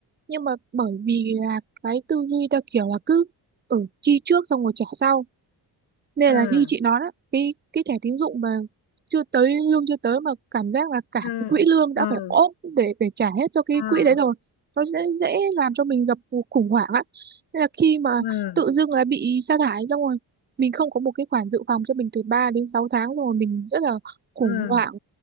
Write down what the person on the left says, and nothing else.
ừm,
ừm,
ừm,
ừm,
ừm,
ừm,